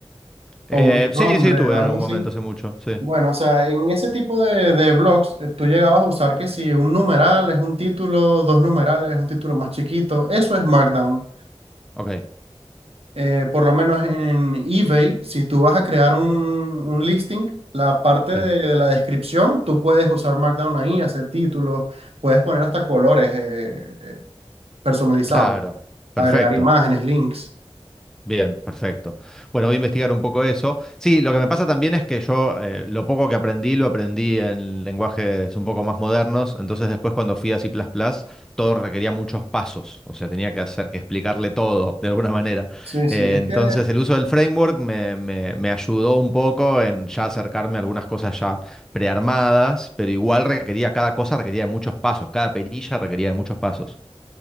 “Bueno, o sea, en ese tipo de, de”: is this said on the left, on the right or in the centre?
Right